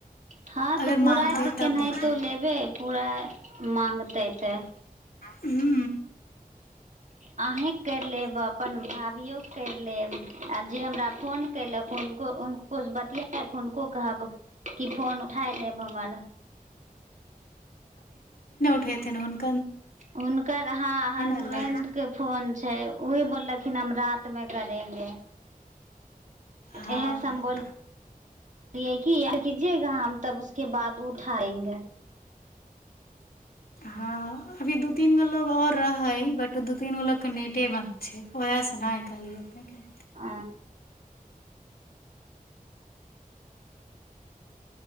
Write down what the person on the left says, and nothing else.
अगर
माँगतै
तब देखियै
हू
त
अल्ले
हँ
हँ
हँ अभी दू तीन गो लोको आओर रहै बट दू तीन गो लोकके नेटे बन्द छै उएहसँ नहि कहलियै अपनेके